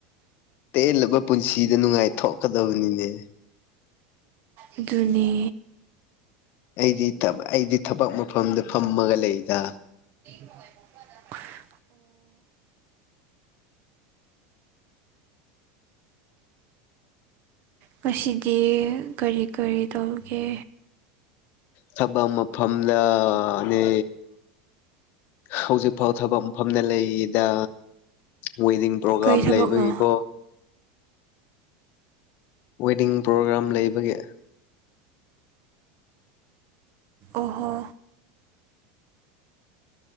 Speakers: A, on the left; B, on the right.
A: ꯇꯦꯜꯂꯕ ꯄꯨꯟꯁꯤꯗ ꯅꯨꯡꯉꯥꯏ ꯊꯣꯛꯀꯗꯕꯅꯤꯅꯦ
B: ꯑꯗꯨꯅꯤ
A: ꯑꯩꯗꯤ ꯑꯩꯗꯤ ꯊꯕꯛ ꯃꯐꯝꯗ ꯐꯝꯃꯒ ꯂꯩꯗ
B: <inaudible> ꯃꯁꯤꯗꯤ ꯀꯔꯤ ꯀꯔꯤ ꯇꯧꯒꯦ
A: ꯊꯕꯛ ꯑꯃꯐꯝꯗꯅꯦ ꯍꯧꯖꯤꯛ ꯐꯥꯎ ꯊꯕꯛ ꯃꯐꯝꯗ ꯂꯩꯔꯤꯗ ꯋꯦꯗꯤꯡ ꯄ꯭ꯔꯣꯒꯥꯝ
B: ꯀꯩ ꯊꯕꯛꯅꯣ
A: ꯂꯩꯕꯒꯤꯀꯣ ꯋꯦꯗꯤꯡ ꯄ꯭ꯔꯣꯒ꯭ꯔꯥꯝ ꯂꯩꯕꯒꯦ
B: ꯑꯣꯍꯣ